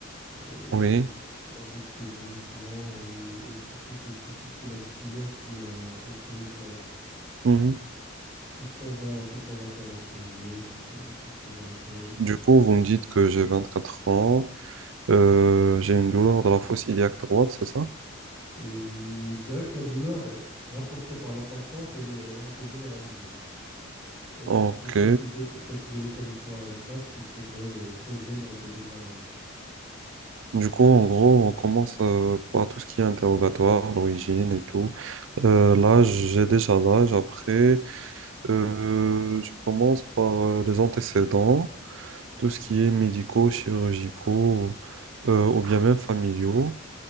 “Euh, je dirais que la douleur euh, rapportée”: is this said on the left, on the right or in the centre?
Centre